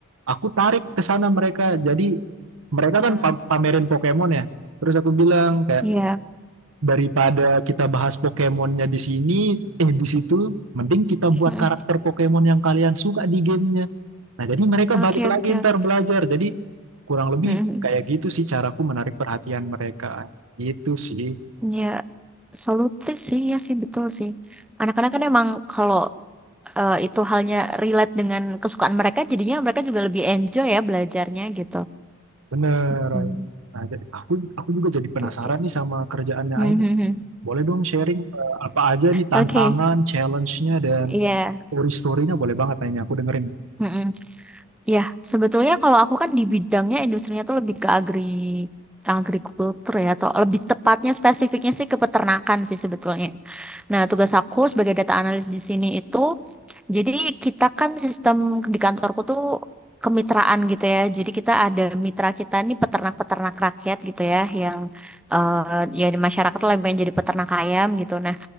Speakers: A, on the right; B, in the centre.
A: aku tarik ke sana mereka. Jadi, mereka
B: mhm.
A: kan pa- pamerin Pokemon ya. Terus aku bilang,
B: Iya.
A: daripada kita bahas Pokemonnya di sini, eh di situ, mending kita buat
B: Mhm.
A: karakter Pokemon yang kalian suka di gamenya. Nah, jadi mereka balik
B: Oke
A: lagi
B: oke
A: ntar
B: oke.
A: belajar. Jadi kurang lebih
B: Mhm.
A: kayak gitu sih caraku menarik perhatian mereka. Itu sih,
B: ya solutif sih ya sih betul sih. Anak-anak kan emang kalau eh, itu halnya relate dengan kesukaan mereka, jadinya mereka juga lebih enjoy ya belajarnya gitu.
A: bener.
B: Mhm.
A: Ain. Nah, jadi aku aku juga jadi penasaran
B: Oke oke.
A: nih sama kerjaannya
B: Mhm,
A: Ain. ini.
B: mhm.
A: Boleh dong sharing eh, apa aja nih tantangan,
B: Oke.
A: challenge-nya dan
B: Iya.
A: story-story-nya boleh banget Ain, ini aku dengerin.
B: Mhm. Ya, sebetulnya kalau aku kan di bidangnya industrinya tuh lebih ke agri agrikultur ya atau lebih tepatnya spesifiknya sih ke peternakan sih sebetulnya. Nah, tugas aku sebagai data analis di sini itu jadi kita kan sistem di kantorku tuh kemitraan gitu ya. Jadi kita ada mitra kita nih peternak-peternak rakyat gitu ya yang eh, ya di masyarakat lah yang pengen jadi peternak ayam gitu. Nah,